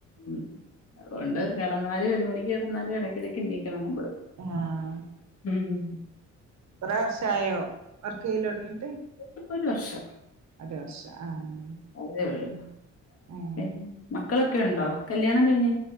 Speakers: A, on the left; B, on the right.
A: ഉം അതുകൊണ്ട് കെടന്നാലും ഒരു മണിക്ക് കെടന്നാലും എടക്കെടക്ക് എണീക്കണം നമ്മള്
B: ആഹ്
A: മ്മ്
B: കൊറേ വർഷായോ വർക്കിയ്യലൊടങ്ങീട്ട്
A: ഇപ്പോ ഒരു വർഷം
B: ഒരു വർഷം ആഹ്
A: അതേ ഒള്ളൂ.
B: ഉം എഹ്
A: പിന്നെ മക്കളൊക്കെ ഉണ്ടോ? കല്യാണം കഴിഞ്ഞെ